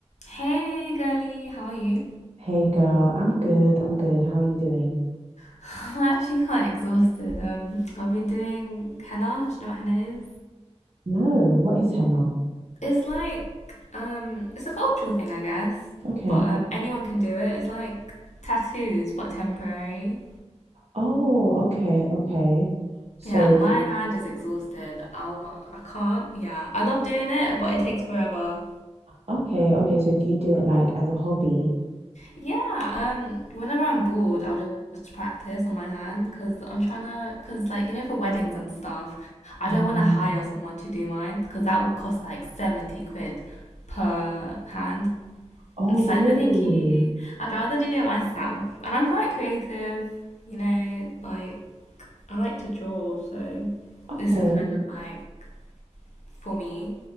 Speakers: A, on the left; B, on the right.
A: Hey girly, how are you?
B: Hey girl, I'm good. I'm good. How are you doing?
A: <laughs> I'm actually quite exhausted. Um, I've been doing henna. Do you know what henna is?
B: No, what is henna?
A: It's like um, it's a cultural thing, I guess.
B: Okay.
A: But um, anyone can do it. It's like tattoos, but temporary.
B: Oh, okay, okay. So,
A: Yeah, my hand is exhausted. I'll, I can't. Yeah, I love doing it, but it takes forever.
B: okay, okay. So, do you do it like as a hobby?
A: Yeah, um, whenever I'm bored, I'll just practice on my hand because I'm trying to, because like, you know, for weddings and stuff, I
B: Um,
A: don't want to hire someone to do mine because that would cost like 70 quid per hand.
B: oh,
A: And it's
B: really?
A: like, no, thank you. I'd rather do it myself. And I'm quite creative, you know, like, I like to draw, so
B: Okay.
A: this is kind of like for me.